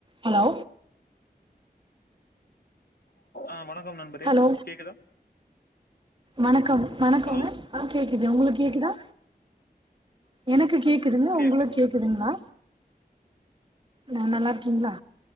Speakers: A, on the right; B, on the left.
A: hello
B: ஆ வணக்கம் நண்பரே
A: ஹலோ
B: கேக்குதா
A: வணக்கம் வணக்கம்ங்க
B: ஹலோ
A: ஆ கேக்குது உங்களுக்கு கேக்குதா எனக்கு கேக்குதுங்க
B: கேக்குது
A: உங்களுக்கேக் க்குதுங்களா ந நல்லாருக்கீங்களா